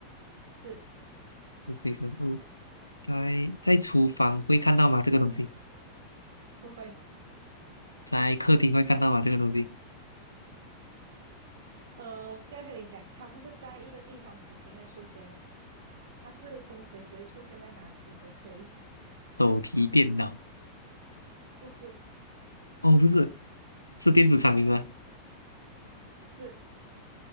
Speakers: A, on the right; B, on the left.
A: 是
B: 是非生物，在在厨房会看到吗？这个东西，
A: 不会。
B: 在客厅会看到吗？这个东西，
A: 呃，我这样跟你讲，它不是在一个地方指定会出现的，它是真的随时会出现在哪里都可以，
B: 手提电脑。
A: 不是？
B: 哦，不是，是电子产品吗？
A: 嗯，是